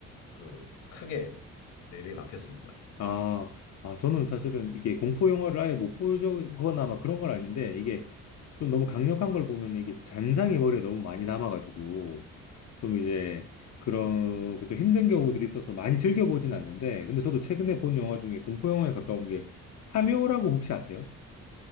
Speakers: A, on the left; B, on the left.
A: 그 크게 내리에 박혔습니다.
B: 아, 아, 저는 사실은 이게 공포 영화를 아예 못 보거나 막 그런 건 아닌데, 이게 좀 너무 강력한 걸 보면 이게 잔상이 머리에 너무 많이 남아가지고, 좀 이제 그런, 그좀 힘든 경우들이 있어서 많이 즐겨보진 않는데, 근데 저도 최근에 본 영화 중에 공포 영화에 가까운 게 파묘라고 혹시 아세요?